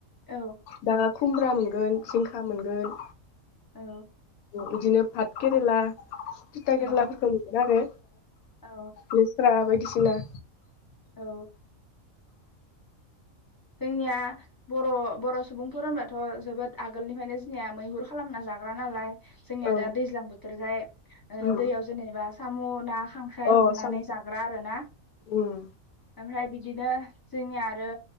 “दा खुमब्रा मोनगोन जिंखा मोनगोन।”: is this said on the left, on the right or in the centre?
Left